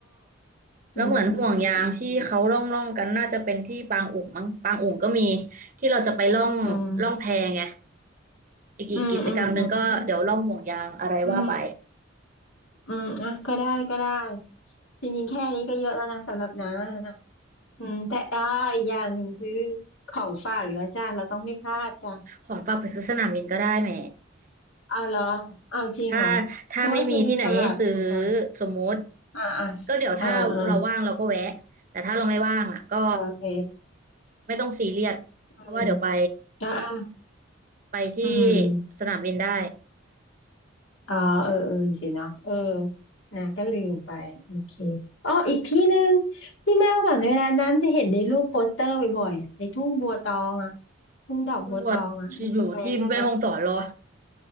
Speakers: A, on the right; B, on the left.
A: แล้วเหมือนห่วงยางที่เขาล่องล่องกันน่าจะเป็นที่ปางอุ๋งมั้งปางอุ๋งก็มี
B: อืมอืมอืมอืมอืม
A: ที่เราจะไปล่องล่องแพไง
B: อืม
A: อีกอีกกิจกรรมหนึ่งก็เดี๋ยวล่องห่วงยางอะไรว่าไป
B: อืมอืมอืมอืมอืมอืม อืมอ่ะก็ได้ก็ได้จริงๆแค่นี้ก็เยอะแล้วนะสำหรับน้านะอืมแต่อ้ออีกอย่างหนึ่งคือของฝากอยู่แล้วจ้าเราต้องไม่พลาดจ้ะ
A: ของฝากไปซื้อสนามบินก็ได้แหม
B: เอาเหรอเอาจริงเหรอ
A: ถ้าถ้าไม่มีที่ไหนให้ซื้อ
B: นึกว่าซื้อในตลาดถูกกว่า
A: สมมุติ
B: อ่าอ่า
A: ก็เดี๋ยวถ้าเราว่างเราก็แวะ
B: เออเออ
A: แต่ถ้าเราไม่ว่างอ่ะก็
B: โอเค
A: ไม่ต้องซีเรียสเพราะว่าเดี๋ยวไป
B: อืมแล้วอ่ะ
A: ไปที่
B: อืม
A: สนามบินได้
B: อ๋อเออเออสิเนาะเออนะก็ลืมไปโอเคอ๋ออีกที่หนึ่งที่แม่ฮ่องสอนเวลานั้นจะเห็นในรูปโปสเตอร์บ่อยๆอะในทุ่งบัวตองอ่ะทุ่งดอกบัวตองอ่ะมันจะไปได้ไหม
A: กุ้งบวชอยู่ที่แม่ฮ่องสอนเหรอ